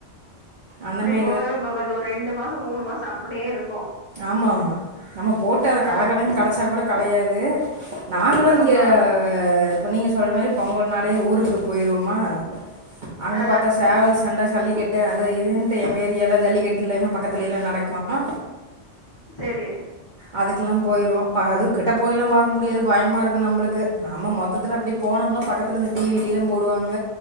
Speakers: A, on the right; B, on the left.
A: அந்த மாதி
B: போகவேபோகாது ஒரு ரெண்டு மாசம் மூணு மாசம் அப்டியே இருக்கும்
A: ஆமா ஆமா நம்ம போட்டு அதை
B: ஆ
A: கலக்கலைன்னு களைச்சா கூட களையாது நாங்களும்
B: ஆமா
A: இங்க இப்போ நீங்கள் சொல்ற மாரி பொங்கல் நாளே ஊருக்கு போயிடுவோமா அங்க
B: ஆ
A: பாத்த சேவல் சண்டை ஜல்லிக்கட்டு அது இதுன்ட்டு எங்க ஏரியால ஜல்லிக்கட்டுல்லன்ன பக்கத்துல எல்லாம் நடக்கும்
B: சேரி
A: அதுக்கெல்லாம் போயிடுவோம் இப்போ அதுக்கிட்ட போய்லாம் பாக்க முடியாது பயமாக இருக்கு நம்மளுக்கு நம்ம மொத்தத்துல அப்படி போனோம்னா பக்கத்தில் இந்த டிவிலிலும் போடுவாங்க